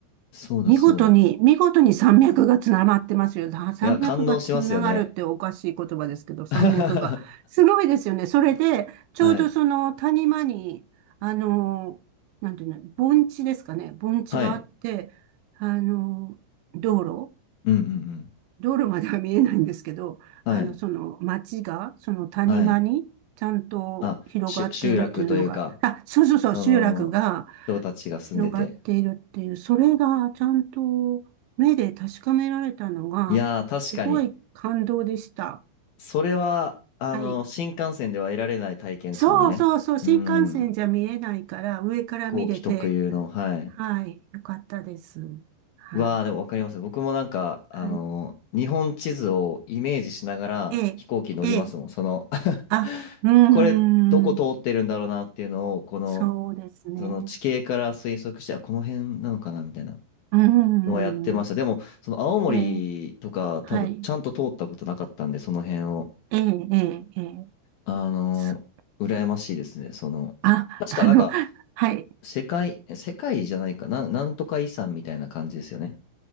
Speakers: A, on the left; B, on the right.
A: そうだそうだ。
B: 見事に、見事に山脈がつながってますよ。だ山脈がつながるっておかしい言葉ですけど、
A: いや、感動しますよね。
B: 山脈が。
A: <laughs> は
B: すごいですよね。それで、ちょうどその谷間に、
A: い。
B: あの、なんていうの、盆地ですかね。盆地があって、
A: はい。
B: あの、道路、
A: うんうんうん。
B: 道路までは見えないんですけど、
A: はい。
B: あの、その町が、その谷間に、
A: はい。
B: ちゃんと広がっているっていうのが、
A: あ、しゅ、集落というか、
B: あ、そうそうそう、
A: その、
B: 集落が、
A: 人たちが住んでて。
B: 広がっているっていう、それがちゃんと目で確かめられたのが、
A: いやー、確かに。
B: すごい感動でした。
A: それは、あの、
B: はい。
A: 新幹線では得られない体験ですもんね。
B: そうそうそう、新幹線じゃ見えないから、
A: うん。
B: 上から見れて、
A: 飛行機特有の、はい。
B: はい、よかったです。はい。
A: わあ、でもわかります。僕もなんか、あの日本地図をイメージしながら飛行機乗りますもん。
B: はい。ええ、ええ、
A: その
B: あ、
A: <laughs>
B: うーん、
A: これ、どこ通ってるんだろうなっていうのを、この、
B: そうですね。
A: その地形から推測して、あ、この辺なのかなみたいな
B: うーん、
A: のはやってました。でも、その青森とか多分ちゃんと通ったことなかったんで、
B: ええ、はい。
A: その辺を。
B: ええ、ええ、ええ。
A: あの羨ましいですね。
B: す
A: その、
B: あ、
A: 確かなんか、
B: あの、はい。
A: 世界、世界じゃないかな、なんとか遺産みたいな感じですよね。